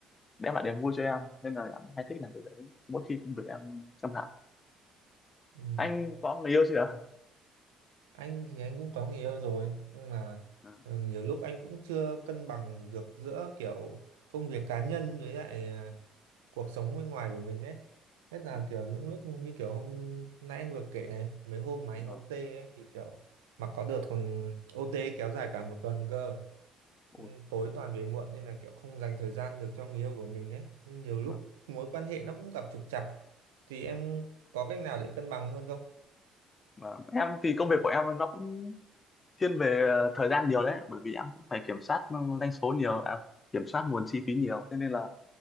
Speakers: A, on the left; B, on the right.
A: đem lại niềm vui cho em nên là em cũng hay thích làm việc đấy mỗi khi công việc em căng thẳng
B: ừ.
A: anh có người yêu chưa ạ?
B: anh thì anh cũng có người yêu rồi nhưng mà
A: Ừ,
B: ừ, nhiều lúc anh cũng chưa cân bằng được giữa kiểu công việc cá nhân với lại à, cuộc sống bên ngoài của mình ấy nhất là
A: ừ,
B: kiểu những lúc như kiểu hôm nay anh vừa kể này, mấy hôm mà anh
A: ừ.
B: ô tê ấy thì kiểu mà có đợt còn OT kéo dài cả một tuần cơ
A: Ủa,
B: Ừ, tối toàn về muộn nên là kiểu không dành thời gian được cho người yêu của mình ấy nên nhiều lúc
A: mà,
B: mối quan hệ nó cũng gặp trục trặc thì em có cách nào để cân bằng hơn không
A: mà em thì công việc của em nó cũng thiên về ờ, thời gian nhiều đấy bởi vì em cũng phải kiểm soát ừ, doanh số nhiều à, kiểm soát nguồn chi phí nhiều thế nên là